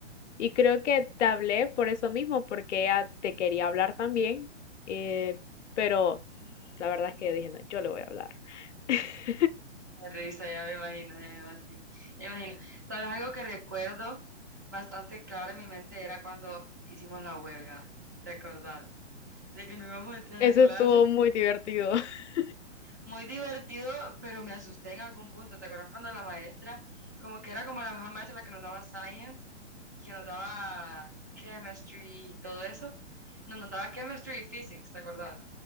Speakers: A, on the left; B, on the right.
A: y creo que te hablé por eso mismo, porque ella te quería hablar también, eh, pero la verdad es que yo dije, no, yo le voy a hablar. <laughs>
B: <laughs> Me risa, ya me imagino, ya me imagino. sí, Me imagino. ¿Sabes algo que recuerdo bastante claro en mi mente era cuando hicimos la huelga? ¿Te acordás? De que no íbamos a entrar
A: Eso
B: a clase.
A: estuvo muy divertido. <laughs>
B: Muy divertido, pero me asusté en algún punto. ¿Te acordás cuando la maestra, como que era como la mejor maestra, la que nos daba science y que nos daba chemistry y todo eso? No, nos daba chemistry y physics, ¿te acordás?